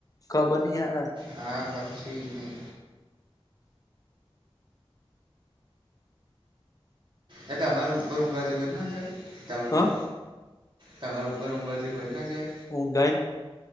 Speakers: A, on the left; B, on the right.
A: ખબર નઈ હારા
B: હા કશું નહી એ તમારે ઉપર ઊંઘા જવ જ જો તબ
A: હ
B: પર તમાાર ઉભા રંગવા જે જ હોવેર ના જવએ
A: ઊંઘાઈ